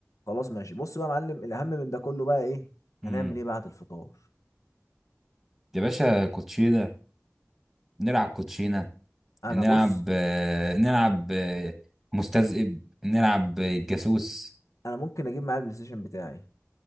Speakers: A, on the left; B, in the centre.
A: خلاص ماشي بص بقى يا معلم الاهم من ده كله بقى ايه
B: امم
A: هنعمل ايه بعد الفطار
B: يا باشا كوتشينه نلعب كوتشينه
A: انا
B: نلعب
A: بص
B: آه، نلعب آه، مستذئب نلعب آه، جاسوس
A: انا ممكن اجيب معايا البلاي ستيشن بتاعي